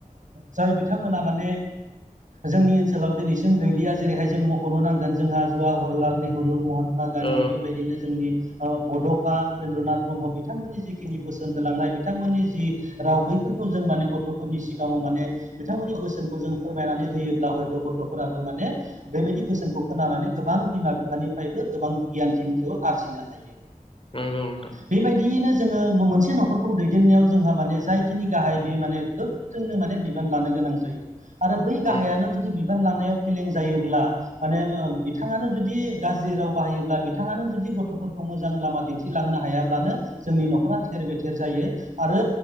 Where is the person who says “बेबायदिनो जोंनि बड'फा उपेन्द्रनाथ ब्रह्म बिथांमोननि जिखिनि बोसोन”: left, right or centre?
Right